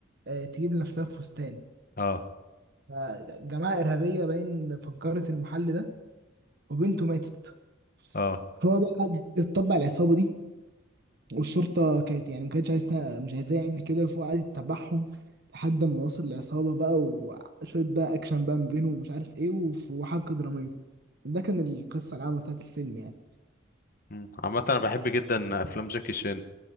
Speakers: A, on the right (about 55°); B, on the left (about 45°).
A: آه، تجيب لنفسها فستان
B: اه
A: فجماعه ارهابيه باين فجرت المحل ده وبنته ماتت
B: اه
A: هو بقى قعد يتطبع العصابه دي والشرطة كانت يعني ما كانتش عايزة مش عايزاه يعمل كده فهو قعد يتبعهم لحد ما وصل للعصابة بقى وشوية بقى أكشن بقى ما بينه ومش عارف إيه وف- وحبكة درامية ده كان القصة العامة بتاعت الفيلم يعني
B: مم. عامة انا بحب جدا افلام جاكي شان